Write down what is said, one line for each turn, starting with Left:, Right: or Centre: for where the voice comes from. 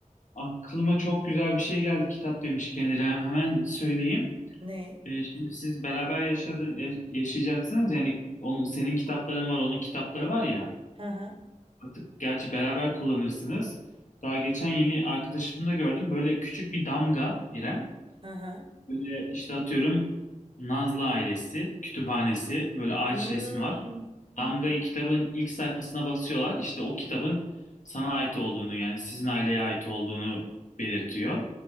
Left: aklıma çok güzel bir şey geldi kitap demişken İrem. Hemen söyleyeyim.
Right: ne?
Left: Ee, şimdi siz beraber yaşadı, ya- yaşayacaksınız. Yani onun, senin kitapların var, onun kitapları var ya.
Right: Hı hı
Left: Artık gerçi beraber kullanırsınız. Daha geçen yeni arkadaşımda gördüm. Böyle küçük bir damga İrem.
Right: hı hı.
Left: Böyle işte atıyorum Nazlı ailesi, kütüphanesi, böyle ağaç
Right: Hmm.
Left: resmi var. Damgayı kitabın ilk sayfasına basıyorlar. İşte o kitabın sana ait olduğunu yani sizin aileye ait olduğunu belirtiyor.